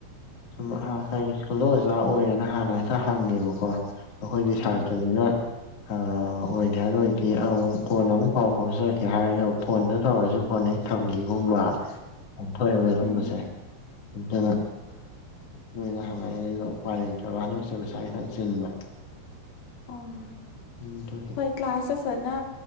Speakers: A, on the left; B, on the left.
A: ꯁꯨꯝ ꯑꯍꯥ
B: ꯎꯝ
A: ꯀꯥꯏ ꯀꯨꯜꯗ ꯑꯣꯖꯥ ꯑꯣꯏꯔꯦꯅ ꯍꯥꯟꯅ ꯍꯦꯛꯇ ꯍꯪꯉꯦꯕꯀꯣ ꯑꯩꯈꯣꯏꯗꯤ
B: ꯎꯝ
A: ꯁꯥꯇ꯭ꯔꯅꯤꯅ ꯑ ꯑꯣꯏꯗ‌ꯦ ꯍꯥꯏꯔꯨꯔꯗꯤ ꯑꯃꯨꯛ ꯀꯣꯟꯅ ꯑꯃꯨꯛ ꯄꯥꯎ ꯐꯥꯎꯖꯔꯛꯀꯦ ꯍꯥꯏꯔ ꯐꯣꯟꯗ ꯇꯧꯔꯁꯨ ꯀ‌ꯣꯟ ꯍ‌ꯦꯛ ꯊꯝꯈꯤꯒꯨꯝꯕ ꯌꯥꯝ ꯊꯣꯛꯑꯦꯕ ꯑꯁꯨꯝꯕꯁꯦ
B: ꯎꯝ
A: ꯑꯗꯨꯅ ꯅꯣꯏꯅ ꯍꯪꯉꯛꯏ ꯎꯄꯥꯏ ꯂꯩꯇ꯭ꯔꯕ ꯍꯟꯗꯁꯦ ꯄꯩꯁꯥ ꯈꯤꯇꯪ ꯆꯤꯟꯕ
B: ꯑꯣ
A: ꯎꯝꯗ
B: ꯀ꯭ꯂꯥꯁꯥꯁꯁꯅ